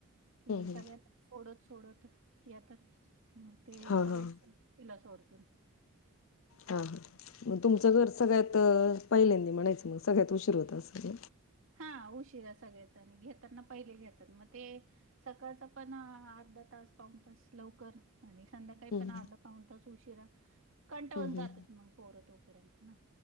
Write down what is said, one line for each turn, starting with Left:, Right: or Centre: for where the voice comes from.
Right: कि
Left: हम्म.
Right: सगळ्यां सोडत सोडत येतात मग ते
Left: हा
Right: सगळ्यां
Left: हा हा
Right: तिला सोडतून
Left: हा हा मग तुमचं
Right: हो.
Left: घर सगळ्यात पहिलेंद म्हणायचं मग सगळ्यात उशीर होत असं
Right: हा उशिरा सगळ आणि घेताना पहिले घेतात मग ते सकाळचं पण अर्धा तास पाहून तस लवकर. आणि संध्याकाळी
Left: हम्म
Right: पण अर्धा पाऊन तास उशिरा कंटाळून
Left: हम्म
Right: जातात
Left: हम्म
Right: मग पोरं तोपर्यंत ना